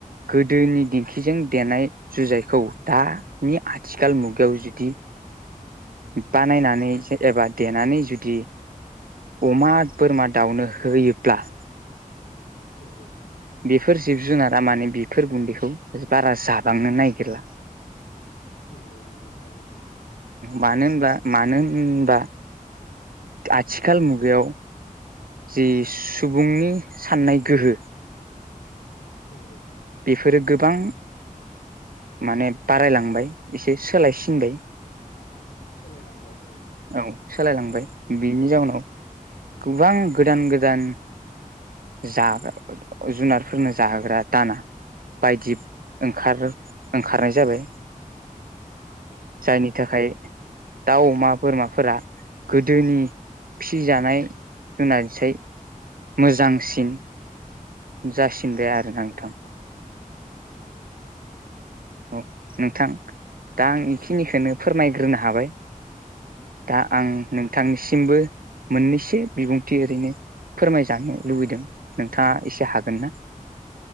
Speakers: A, on the right; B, on the left.
A: गोदोनि दिेंखिजों देनाय जुजाइखौ दानि आथिखाल
B: औ
A: मुगायाव जुदि
B: <inaudible>
A: बानायनानै एबा देनानै जुदि अमा बोरमा दाउनो होयोब्ला
B: नंगौ
A: बेफोर जिब जुनारा माने बेफोर गुन्दैखौ बारा जाबांनो नागिरला
B: नंगौ नंगौ थारैनो
A: मानो होनबा मानो होनबा आथिखाल मुगायाव जि सुबुंनि साननाय गोहो
B: नंगौ
A: बेफोरो गोबां माने बारायलांबाय एसे सोलायसिनबाय
B: सोलायलांबाय औ
A: औ सोलायलांबाय बेनि जाउनाव गोबां गोदान गोदान जाग्रा जुनारफोरनो जाहोग्रा दाना बायदि ओंखार
B: औ
A: ओंखारनाय जाबाय
B: औ
A: जायनि थाखाय दाउ अमा बोरमाफोरा गोदोनि फिजानाय जुनारसै मोजांसिन जासिदाया आरो
B: नोंगौ
A: नोंथां
B: थारैनो नंगौ नंगौ थारैनो
A: औ नोंथां दा आं बेखिनिखौनो फोरमायग्रोनो हाबाय दा
B: औ
A: आं
B: औ
A: नोंथांनिसिमबो मोननैसो बिबुंथि ओरैनो फोरमायजानो लुबैदों नोंथांङा एसे हागोन ना